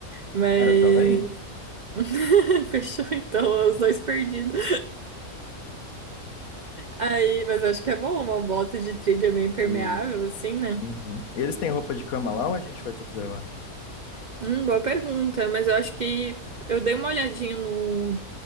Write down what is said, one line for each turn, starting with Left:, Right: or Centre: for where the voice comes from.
Right: Mas
Left: É, eu também.
Right: <laughs> fechou então, os dois perdidos. Aí, mas acho que é bom uma bota de trilha meio impermeável,
Left: Uh.
Right: assim, né?
Left: Uhum. E eles têm roupa de cama lá ou a gente vai ter que levar?
Right: Hum, boa pergunta, mas eu acho que eu dei uma olhadinha no